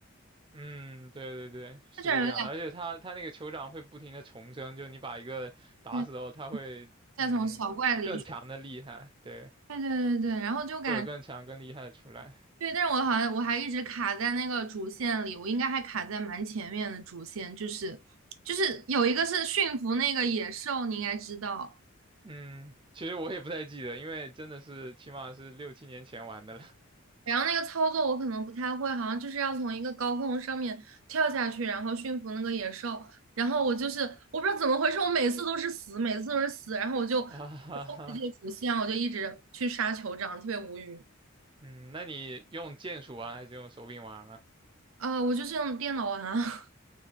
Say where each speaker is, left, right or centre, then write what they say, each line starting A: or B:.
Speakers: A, on the right (about 20°); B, on the right (about 65°).
A: 嗯，对对对，是这个样子。
B: 它这儿有两
A: 而且他他那个酋长会不停的重生，就你把一个打死后，
B: 再
A: 他会嗯更强的厉害，
B: 再从小怪里，
A: 对，
B: 对对对对，然后就感
A: 会有更强更厉害的出来。
B: 对，但是我好像我还一直卡在那个主线里，我应该还卡在蛮前面的主线，就是就是有一个是驯服那个野兽，你应该知道。
A: 嗯，其实我也不太记得，因为真的是起码是六七年前玩的了。
B: 然后那个操作我可能不太会，好像就是要从一个高空上面跳下去，然后驯服那个野兽。然后我就是我不知道怎么回事，我每次都是死，每次都是死。然后我就放
A: <laughs> 哈哈哈，
B: 弃这个主线，我就一直去杀酋长，特别无语。
A: 嗯，那你用键鼠玩还是用手柄玩啊？
B: 啊、我就是用电脑玩啊。<laughs>